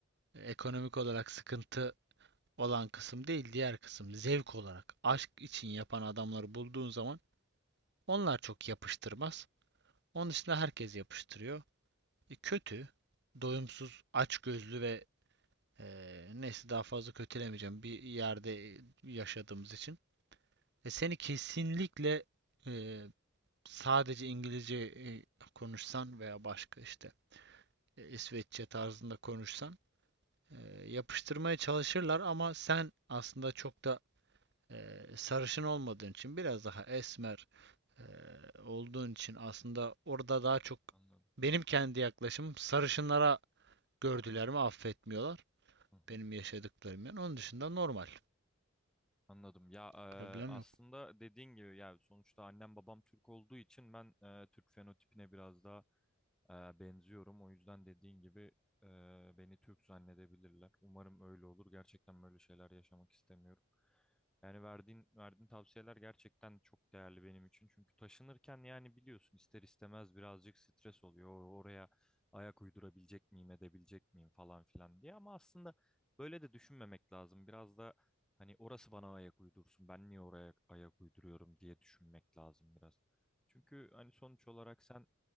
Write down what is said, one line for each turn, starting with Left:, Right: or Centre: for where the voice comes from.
Right: ekonomik olarak sıkıntı olan kısım değil, diğer kısım zevk olarak aşk için yapan adamları bulduğun zaman onlar çok yapıştırmaz. Onun dışında herkes yapıştırıyor. E, kötü, doyumsuz, açgözlü ve Ee, neyse daha fazla kötülemeyeceğim bir yerde yaşadığımız için. E, seni kesinlikle e, sadece İngilizce e, konuşsan veya başka işte e, İsveççe tarzında konuşsan e, yapıştırmaya çalışırlar ama sen aslında çok da e, sarışın olmadığın için biraz daha esmer e, olduğun için aslında orada daha çok
Centre: Anladım.
Right: benim kendi yaklaşımım sarışınlara gördüler mi affetmiyorlar.
Centre: Hı hı.
Right: Benim yaşadıklarım yani. Onun dışında normal.
Centre: Anladım. Ya e,
Right: Problem
Centre: aslında
Right: yok.
Centre: dediğin gibi yani sonuçta annem babam Türk olduğu için ben e, Türk fenotipine biraz daha e, benziyorum. O yüzden dediğin gibi e, beni Türk zannedebilirler. Umarım öyle olur. Gerçekten böyle şeyler yaşamak istemiyorum. Yani verdiğin verdiğin tavsiyeler gerçekten çok değerli benim için. Çünkü taşınırken yani biliyorsun ister istemez birazcık stres oluyor. O- Oraya ayak uydurabilecek miyim, edebilecek miyim falan filan diye. Ama aslında böyle de düşünmemek lazım. Biraz da hani orası bana ayak uydursun. Ben niye oraya ayak uyduruyorum diye düşünmek lazım biraz. Çünkü hani sonuç olarak sen